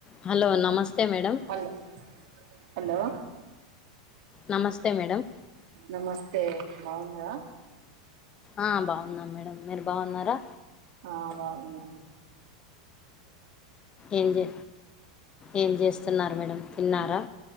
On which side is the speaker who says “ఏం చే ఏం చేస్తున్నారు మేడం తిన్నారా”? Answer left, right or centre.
Left